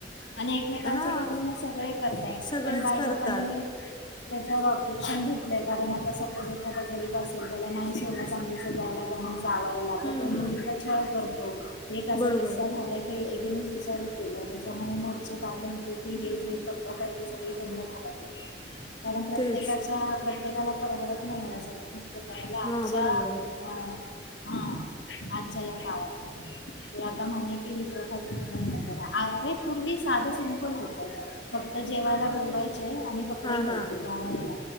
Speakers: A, on the left; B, on the left.
A: आणि एकमेकांचं
B: हां,
A: बघून म सगळे करताय,
B: सगळेच
A: पण काही
B: करतात.
A: लोकांनी त्याच्यावर ऑब्जेक्शन घेतलंय, कारण आता सपोज एखादा गरीब असेल त्याला नाही सोन्या-चांदीचं द्यायला जमत जाव तो
B: हं,
A: मुलीचा
B: हं.
A: छळ करतो. एक असा
B: बरोबर.
A: किस्सा झालाय कय एक तीने साईड केला त्याच्यामुळे मोर्चे काढले होते की हे जे पद्धत आहे त सगळी बंद करा, <inaudible> कारण प्रत्येकाच्या
B: तेच.
A: प्रत प्रत्येकाला परवडत नाही, <unintelligible> ते करायला आजा
B: हां, बरोबर.
A: <inaudible> अ <unintelligible> आजच्या या काळात, <inaudible> मी आता म्हणे की ही प्रथा तुम्ही बंद करा. अरे पूर्वी साधं सिमपल होत. फक्त जेवायला बोलवाय आणि कपडे
B: हां,
A: घ्यायचे
B: हां.
A: गावायला